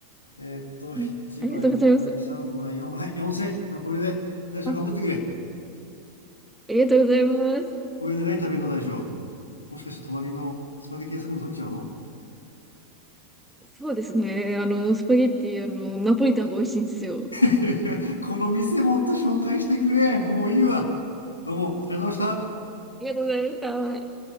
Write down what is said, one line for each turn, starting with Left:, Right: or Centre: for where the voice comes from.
Left: えーっと、1枚、
Centre: うんありがとうございます。
Left: 2枚、3枚、4枚、はい、4000。これで、大将頑張ってくれ。
Centre: あ、あ、ありがとうございます。
Left: これで何食べるの、大将。もしかして隣のスパゲティ屋さんでも食べちゃうの
Centre: そうですね。あの、スパゲッティ、あの、ナポリタンが美味しいんですよ。あ
Left: <laughs> この店もっと紹介してくれ。もういいわ。どうも、ありがとうございました。
Centre: りがとうございました。